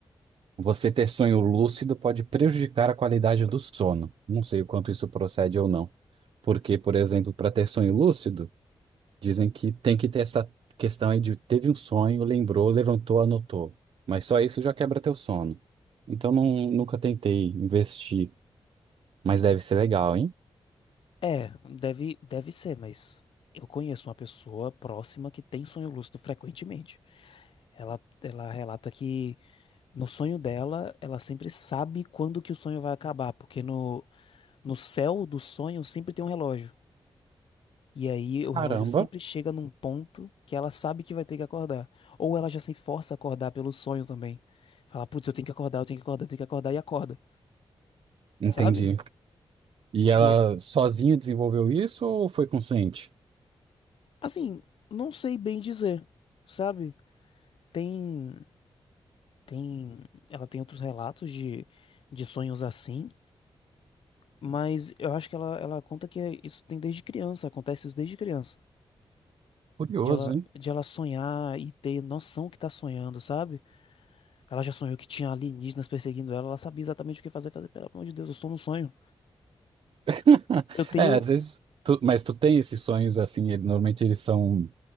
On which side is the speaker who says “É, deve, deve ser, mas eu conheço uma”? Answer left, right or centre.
Left